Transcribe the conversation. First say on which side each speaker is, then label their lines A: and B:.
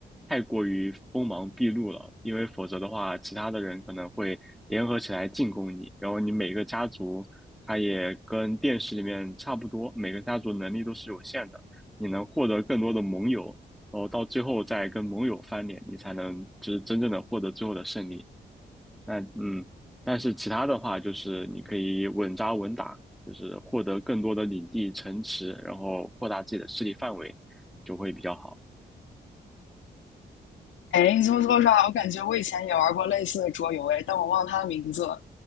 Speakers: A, in the centre; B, on the left (about 85°).
A: 太过于锋芒毕露了，因为否则的话，其他的人可能会联合起来进攻你，然后你每个家族，它也跟电视里面差不多，每个家族能力都是有限的，你能获得更多的盟友，然后到最后再跟盟友翻脸，你才能就是真正的获得最后的胜利。那嗯，但是其他的话，就是你可以稳扎稳打，就是获得更多的领地、城池，然后扩大自己的势力范围，就会比较好。
B: 哎，你这么说啥？我感觉我以前也玩过类似的桌游，哎，但我忘了它的名字了。